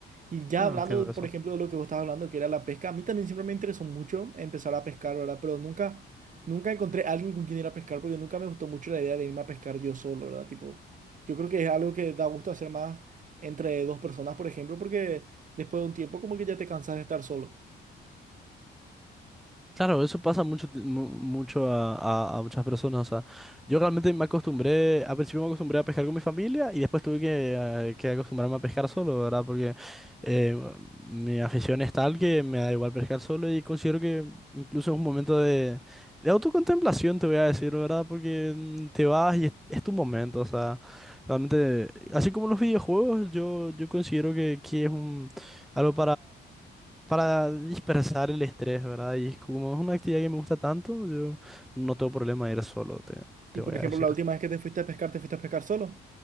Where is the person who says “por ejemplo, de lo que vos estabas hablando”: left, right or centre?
Right